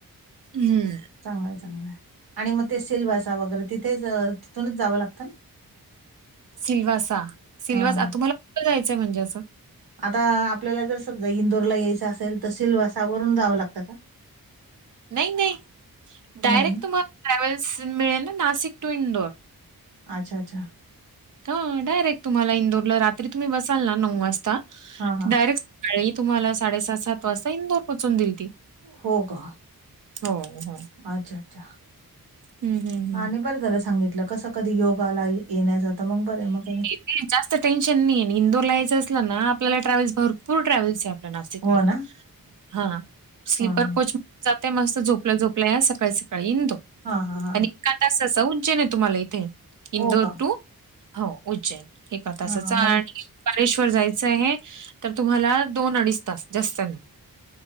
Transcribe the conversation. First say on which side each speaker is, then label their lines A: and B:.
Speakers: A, on the right; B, on the right.
A: हम्म.
B: चांगलाय चांगलाय, आणि मग ते सिलवासा वगैरे तिथेच तिथूनच जावं लागतं ना.
A: सिल्वासा, सिल्वा
B: हा
A: तुम्हाला कुठं जायचंय म्हणजे असं?
B: आता आपल्याला जर समजा इंदौरला यायचं असेल तर सिल्वासावरून जावं लागतं का?
A: नाही नाही, डायरेक्ट
B: नाही ना?
A: तुम्हाला ट्रॅवल्स मिळेल ना नाशिक टू इंदौर.
B: अच्छा! अच्छा!
A: हा डायरेक्ट तुम्हाला इंदौरला रात्री तुम्ही बसाल ना नऊ वाजता
B: हां, हां.
A: डायरेक्ट सकाळी तुम्हाला साडेसहा-सात वाजता इंदौर पोचून दिल ती.
B: हो का?
A: हो हो.
B: अच्छा! अच्छा!
A: हं, हं, हं.
B: आणि बरं झालं सांगितलं कसं कधी योग आला. येण्याचा मग बरं हाय न.
A: आणि जास्त टेन्शन नाहीय, इंदौरला यायचं असलं ना आपल्याला ट्रॅव्हस भरपूर टॅव्हल्स आहेत. नाशिकने
B: हो ना?
A: हा स्लीपरकोच.
B: हां, हां.
A: जातंय मस्त झोपल्या-झोपल्या सकाळी-सकाळी इंदौर.
B: हा हा हा.
A: एका तासाचं उज्जैन आहे तुम्हाला इथे
B: हो
A: इंदौर
B: का?
A: टू. हो उज्जैन एका तासाचं
B: हां,
A: आणि.
B: मग
A: कालेश्वर जायचं आहे तर तुम्हाला दोन-अडीच तास जास्त नाही.